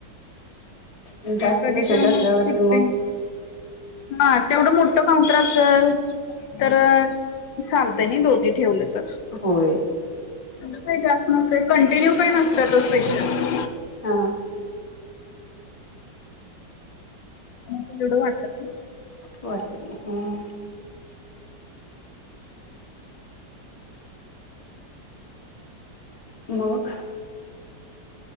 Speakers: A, on the left; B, on the left.
A: जास्त
B: कधी
A: पेशंट
B: तर
A: असल्यावरती
B: मग सुट्टी
A: म.
B: हा तेवढं मोठं कॉन्ट्रॅक्ट चल. तर चालतय नही दो ती ठेवल तर.
A: होय!
B: एवढं काही जास्त नसतं कंटिन्यू काही नसतातच पेशन्ट.
A: हा हा!
B: एवढं वाटत नाही.
A: वाट हं! मग.